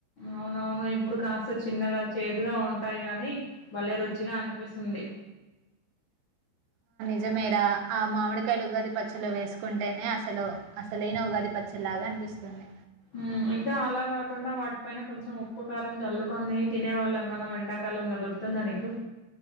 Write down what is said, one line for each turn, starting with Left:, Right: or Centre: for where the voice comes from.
Left: అవునవును ఇప్పుడు కాస్త చిన్నగా చేదుగా ఉంటాయి గాని భలే రుచిగా అనిపి పిస్తుంది
Right: నిజమేర ఆ మామిడికాయలు ఉగాది పచ్చలు వేసుకుంటేనే అసలు అసలైన ఉగాది పచ్చలాగా అనిపిస్తుంది
Left: మ్ ఇంకా అలా కాకుండా వాటిపైన కొంచెం ఉప్పు కారం జల్లుకొని తినే వాళ్ళం మనం ఎండాకాలం లో గుర్తుతుందా మీకు